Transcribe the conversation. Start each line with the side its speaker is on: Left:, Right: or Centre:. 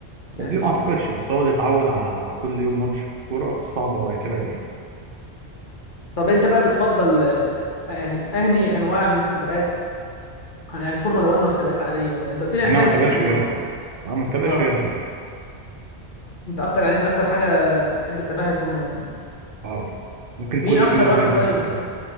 Left: يعني
Right: دي ما اعتقدش بس هو اللي اتعود على كل يوم ماتش كوره صعب اه يتابع دي
Left: طب انت بقى بتفضل آه، يعني اهني انواع من السباقات يعني فورمولا 1 والسباقات العادية ولا انت قلت لي انا
Right: انا
Left: فاهم
Right: ما بتابعش
Left: في الفورمولا
Right: غيرها
Left: 1
Right: اه ما بتابعش
Left: اه
Right: غيرها تقريبا
Left: انت اكتر يعني انت اكتر حاجة بتحب تتابعها هي الفورمولا 1
Right: اه ممكن
Left: مين
Right: كل
Left: اكتر
Right: فين وفين
Left: واحد طيب
Right: اشوف حاجه تانية